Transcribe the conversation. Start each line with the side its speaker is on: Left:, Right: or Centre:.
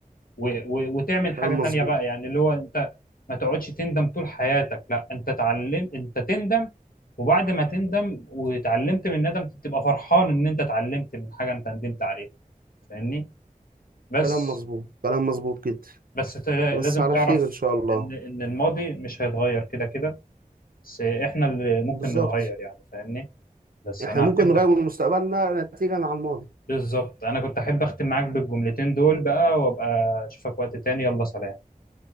Left: و و وتعمل
Right: كلام
Left: حاجه تانية
Right: مظبوط
Left: بقى يعني اللي هو انت ما تقعدش تندم طول حياتك لا انت تعلم انت تندم وبعد ما تندم وتعلمت من الندم تبقى فرحان ان انت اتعلمت من حاجه انت ندمت عليها فاهمني بس
Right: كلام مظبوط كلام مظبوط جدا
Left: بس ت-
Right: بس
Left: لازم
Right: على
Left: تعرف
Right: خير إن شاء الله
Left: ان ان الماضي مش هيتغير كده كده بس احنا اللي ممكن
Right: بالظبط
Left: نتغير يعني فاهمني بس
Right: احنا
Left: انا
Right: ممكن
Left: احب
Right: نغير من مستقبلنا نتيجة عن الماضي
Left: بالظبط انا كنت احب اختم معاك بالجملتين دول بقى وابقى اشوفك وقت تاني يلا سلام